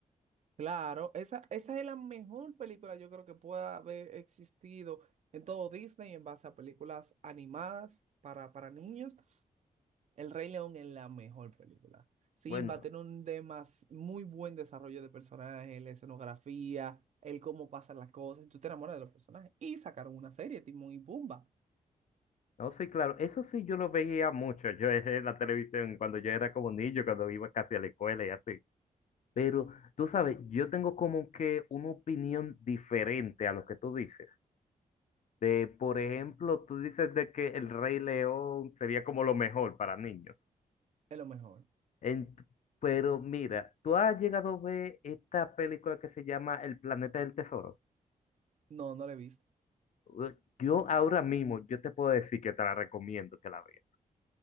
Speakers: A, on the right; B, on the left.
A: Claro, esa, esa es la mejor película yo creo que pueda haber existido en todo Disney en base a películas animadas para, para niños. El Rey León es la mejor película. Simba
B: Bueno,
A: tiene un demas muy buen desarrollo de personajes, la escenografía, el cómo pasan las cosas, y tú te enamoras de los personajes. Y sacaron una serie, Timón y Pumba,
B: No, sí, claro, eso sí yo lo veía mucho, yo en la televisión cuando yo era como niño, cuando iba casi a la escuela y así. Pero tú sabes, yo tengo como que una opinión diferente a lo que tú dices. De, por ejemplo, tú dices de que El Rey León sería como lo mejor para niños.
A: es lo mejor.
B: Ent- pero mira, tú has llegado a ver esta película que se llama El Planeta del Tesoro.
A: No, no la he visto.
B: Uh, Yo ahora mismo, yo te puedo decir que te la recomiendo que la veas.